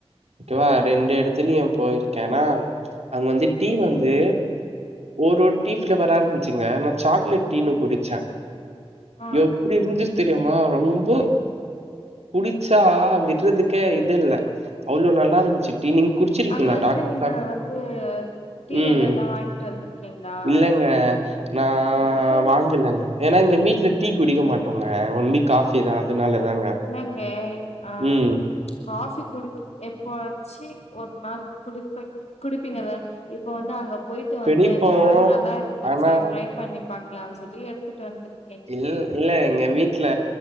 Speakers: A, on the right; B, on the left.
A: ஓகேவா ரெண்டு எடத்துல்யும் போயிருக்க ஆனா அங்க வந்து டீ வந்து ஒரு டீ ஃபிளேவரா இருந்துச்சுங்க நா சாக்லேட் டீன்னு குடிச்ச
B: ஆ
A: எப்டி இருந்துச் தெரியுமா ரொம்போ குடிச்சா விட்றதுக்கே இது இல்ல அவ்ளோ நல்லா இருந்துச்சு டீ நீங் குடிச்சிருக்கீங்ளா
B: அங்க வந்து
A: டாக்
B: நீங்க
A: டாக்
B: வந்து டீ
A: ம்
B: எலைலா வாங்கிட்டு வந்திருக்கீங்களா
A: இல்லங்க நா
B: எதுக்கு
A: வாங்கிலங்க ஏன்னா எங்க வீட்ல டீ குடிக்க மாட்டோங்க ஒன்லி காஃபி தா அதனால தாங்க
B: இல்லங்க ஆ
A: ம்
B: காஃபி குடிக் எப்பவாச்சு ஒரு நாள் குடிப்ப குடிப்பீங்கள இப்ப வந்து அங்க போயிட்டு
A: குடிப்போ
B: வந்தே இந்த மாரி நல்லா இருந்துச்சு
A: ஆனா
B: ட்ரை பண்ணி பாக்கலாம் சொல்லி எடுத்துட்டு வந்துரு
A: இல் இல்ல எங்க வீட்ல